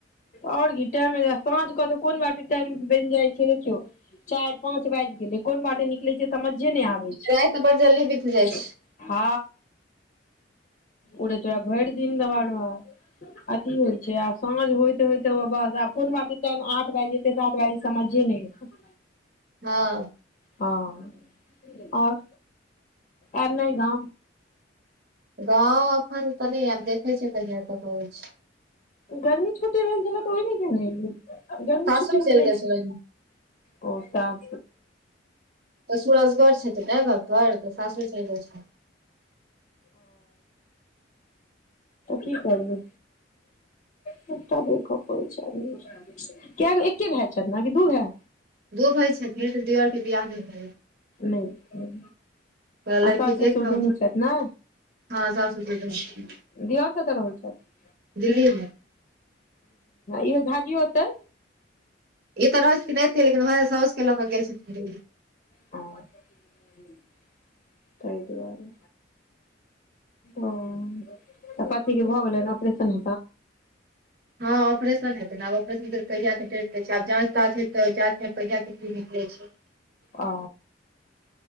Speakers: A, on the left (about 45°); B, on the right (about 55°).
A: आओर की टाइम साँझ क तऽ कोन बाटे टाइम बनि जाइ छै देखियौ चारि पाँच बाजि गेलै, कोन बाटे निकलै छै समझे नै आबै छै
B: राति बड़ जल्दी बीत जाइ छै
A: ह उड़े तोरा भरि दिन देबाक रहौ अथी होइ छै आब साँझ होइत होइत बस आब कोन बाटे टाइम आठ बाज जेतै से सात बाइज समझे नै एतै
B: हँ
A: हँ आओर आब नै न
B: गाँंव एखन तऽ नै आब देखै छियै कहिआ तक अबय छी
A: गरमी छुट्टी भेल छैला त ओइ मे किया न एलियै गरमी
B: सासुर
A: छुट्टी मे
B: चलि
A: नै
B: गेल
A: छै
B: छलनि
A: <inaudible> ओ तऽ
B: तऽ सूरजगढ़ छथिन ने घर पर तऽ सासुर चलि गेल छथिन
A: की करबै सबटा देख परय छै न केगो एके भाय छथि न कि दू भाय
B: दू भाय छथिन दियोर के वियाह नै भेलै
A: नहि आ
B: लड़की
A: सास
B: देख
A: ससुर
B: रहल
A: दुनू
B: छै
A: छथि ने
B: हमर सास ससुर
A: दियोर कतऽ रहै छथि
B: दिल्ली मे
A: इहो झाजी ओतै
B: ई त रहै छथिन अतै लेकिन वैहे साउसके लके गेल छथिन दिल्ली
A: आ <unintelligible> तै दुआरे ओ तऽ पथरी के भऽ गेलै ऑपरेशन
B: हँ ऑपरेशन हेतै न आ ऑपरेशन क कहिया के डेट दै छै आब जाँच ताँच हेतै जाँचमे कहिया के की निकलै छै
A: ओ